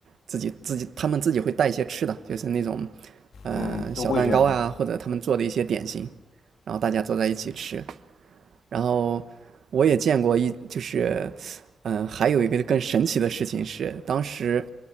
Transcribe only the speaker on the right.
自己自己他们自己会带一些吃的，就是那种呃小蛋糕啊，
或者他们做的一些点心，然后大家坐在一起吃。然后我也见过一就是，嗯、呃还有一个更神奇的事情是，当时，